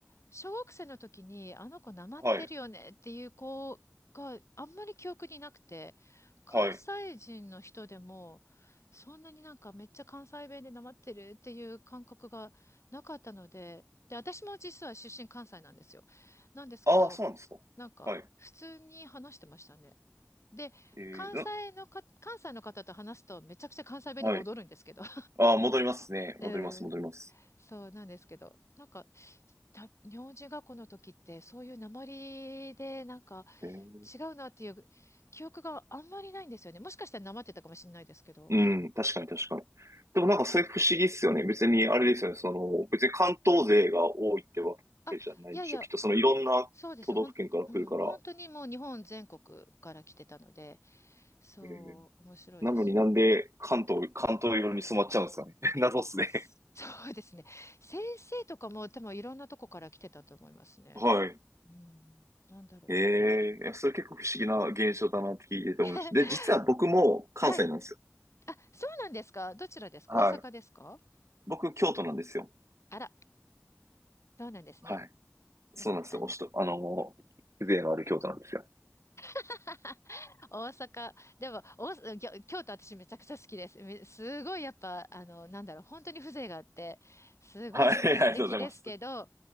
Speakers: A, on the left; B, on the right.
A: 小学生の時にあの子なまってるよねっていう子があんまり記憶になくて、
B: はい、
A: 関西人の人でもそんなになんかめっちゃ関西弁でなまってるっていう感覚がなかったので、
B: はい。
A: で、私も実は出身関西なんですよ。なんですけど、
B: ああ、そうなんですかはい。
A: なんか普通に話してましたね。で、
B: ええな
A: 関西のか、関西の方と話すとめちゃくちゃ関西弁に戻るんですけど。
B: はい。
A: <laughs>
B: ああ、戻りますね。
A: うん
B: 戻ります、戻ります。
A: そうなんですけど、なんか、た名字がこの時って、そういう訛りで、なんか
B: え
A: 違うなっていう記憶があんまりないんですよね。もしかしたら訛ってたかもしれないですけど。
B: えうん、確かに確かに。でもなんかそれ不思議っすよね。別にあれですよね。その、別に関東勢が多いってわけじゃないでしょ。
A: あ、いやいや、
B: きっとそのいろんな都道府県から来るから。
A: そうです。ほん、うん、本当にもう日本全国から来てたので、そう、
B: ええ
A: 面白いですよ。
B: なのになんで関東、関東色に染まっちゃうんですかね。<laughs> 謎っすね。
A: <laughs> そうですね。先生とかも多分いろんなとこから来てたと思いますね。
B: <laughs> はい。
A: うん、なんだろ
B: ええ、それ結構不思議な現象だなって聞いてて思いました。
A: う。
B: で、
A: <laughs>
B: 実は僕も関西なんですよ。
A: はい。あ、そうなんですか。どちらですか。
B: はい。
A: 大阪ですか。
B: 僕、京都なんですよ。
A: あら。そうなんですね。
B: はい。そうなんですよ。
A: あの、
B: おしと、あの風情のある京都なんですよ。
A: <laughs> 大阪、でも、大阪、ぎょ京都私めちゃくちゃ好きです。めすごいやっぱ、あの、なんだろう、本当に風情があって、すごいす素敵ですけど、
B: はい。<laughs> ありがとうございます。